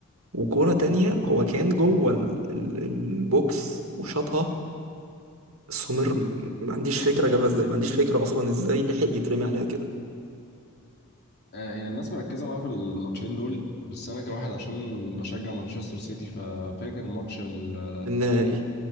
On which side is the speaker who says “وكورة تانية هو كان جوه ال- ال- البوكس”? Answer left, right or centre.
Right